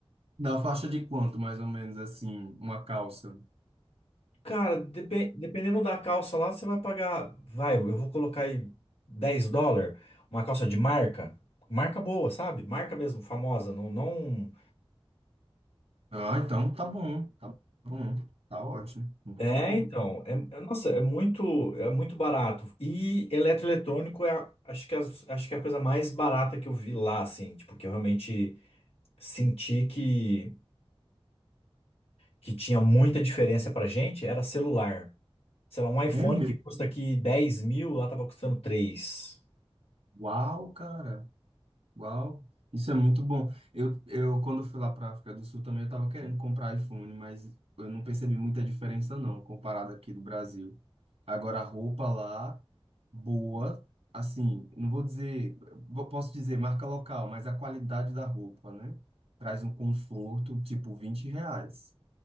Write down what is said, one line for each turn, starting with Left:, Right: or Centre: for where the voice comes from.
Right: Da faixa de quanto, mais ou menos, assim, uma calça?
Left: Cara, depen- dependendo da calça lá, você vai pagar, vai, eu vou colocar aí 10 dólares, uma calça de marca, marca boa, sabe? Marca mesmo, famosa, não, não...
Right: Ah, então tá bom, tá bom, tá ótimo, muito
Left: É,
Right: bom.
Left: então, é, é- nossa, é muito, é muito barato. E eletroeletrônico é, a- acho que, as- acho que é a coisa mais barata que eu vi lá, assim, tipo, que eu realmente senti que, que tinha muita diferença pra gente, era celular. Sei lá, um iPhone
Right: É mesmo?
Left: que custa aqui dez mil, lá tava custando três
Right: Uau, cara. Uau, isso é muito bom. Eu, eu quando fui lá para África do Sul também eu estava querendo comprar iPhone, mas eu não percebi muita diferença não, comparado aqui do Brasil. Agora a roupa lá, boa, assim, não vou dizer, vou- posso dizer marca local, mas a qualidade da roupa, né? Traz um conforto, tipo 20 reais.